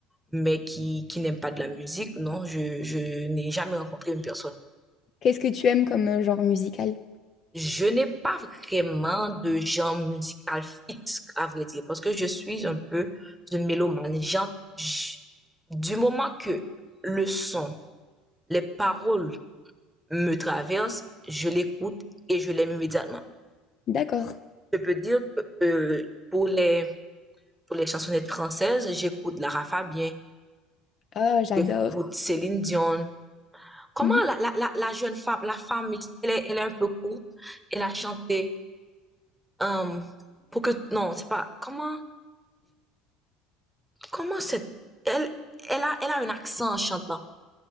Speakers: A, in the centre; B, on the left.
A: mais qui, qui n'aime pas de la musique, non, je, je n'ai jamais rencontré une personne.
B: Qu'est-ce que tu aimes comme euh, genre musical?
A: Je n'ai pas vraiment de genre musical fixe, à vrai dire, parce que je suis un peu une mélomane. J'en- j- du moment que le son, les paroles me traversent, je l'écoute et je l'aime immédiatement.
B: D'accord.
A: Je peux dire que euh, pour les pour les chansonnettes françaises, j'écoute Lara Fabien,
B: Ah, j'adore.
A: j'écoute Céline Dion. Comment
B: Mhm.
A: la, la, la, la jeune femme, la femme, elle est, elle est un peu courte, elle a chanté euh, pour que non, c'est pas comment comment cette elle elle a elle a un accent en chantant.